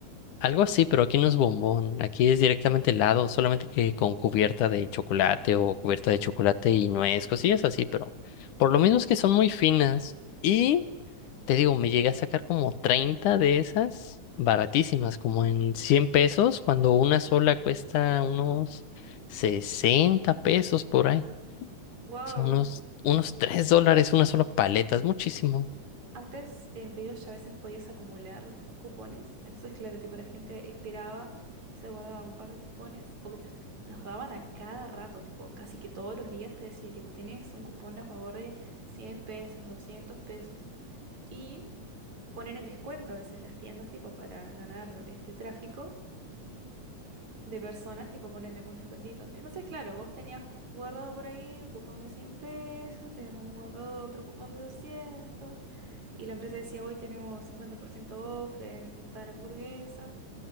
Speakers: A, on the left; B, on the right.
A: algo así, pero aquí no es bombón, aquí es directamente helado, solamente que con cubierta de chocolate o cubierta de chocolate y nuez, cosillas así, pero por lo menos que son muy finas. y te digo, me llegué a sacar como 30 de esas baratísimas, como en 100 pesos, cuando una sola cuesta unos 60 pesos por ahí.
B: Wow.
A: O sea, unos, unos 3 dólares una sola paleta, es muchísimo.
B: Antes en pedidos ya a veces podías acumular cupones, entonces claro, tipo la gente esperaba, se guardaba un par de cupones porque los, los daban a cada rato, tipo casi que todos los días te decía, tipo, tenés un cupón a favor de 100 pesos, 200 pesos y poner en descuento a veces las tiendas, tipo, para ganar este tráfico de personas, tipo poner algún descuentito. Entonces, claro, vos tenías guardado por ahí un cupón de 100 pesos, tenías un guardado otro cupón de 200 y la empresa decía, hoy tenemos 50% off en tal hamburguesa,